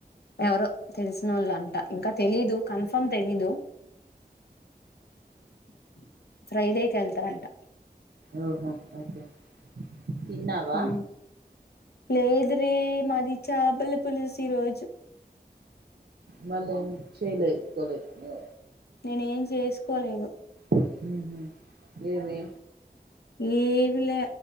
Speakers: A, on the left; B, on the right.
A: ఎవరో తెలిసిన వాళ్ళు అంట ఇంకా తెలీదు కన్ఫర్మ్ తెలీదు <inaudible> ఫ్రైడేకి వెళ్తారంట
B: ఓహో ఓకే తిన్నావా
A: హ లేద్రీ మాది చాపల పులుసు ఈరోజు
B: వాళ్ళం చేయలేసుకోలేదాని
A: నేను ఏం చేసుకోలేదు
B: ఉహూ లేదే
A: ఏమ్లా